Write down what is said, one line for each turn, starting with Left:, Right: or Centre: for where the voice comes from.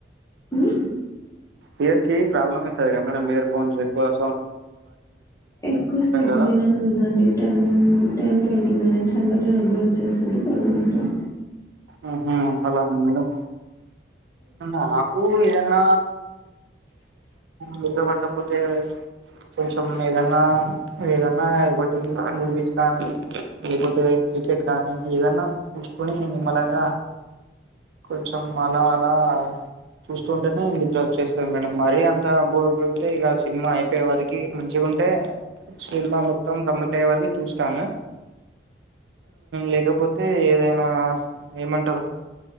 Left: ఉమ్,
Right: హియర్ కి ప్రాబ్లమైతది కదా మేడం ఇయర్ ఫోన్స్ ఎక్వగా
Left: ఎక్కువ సేపు
Right: కదా
Left: విన లేదండి టెన్ టెన్ ట్వంటీ మినిట్స్ అందర్ నిదరు వచ్చేసది పడుగుకుంటాం
Right: ఉ హు అలా మేడం నాకు ఏదన్న నిద్ర బట్టకపోతే కొంచెం ఏదన్నా ఏదన్నా ఒకటి మూవీస్ కానీ లేకపోతే క్రికెట్ కాగానీ ఏదన్నా చూసుకొని నిమ్మలంగా కొంచం అలా ఆ చూస్తుంటేనే నిద్ర వచ్చేస్తది మేడం మరి అంత బోర్ కొడితే సినిమా అయిపోయేవారికి మంచిగాంటే సినిమా మొత్తం కంప్లీట్ అయ్యేవరకు చూస్తాను లేకపోతే ఏదనా ఏమంటారు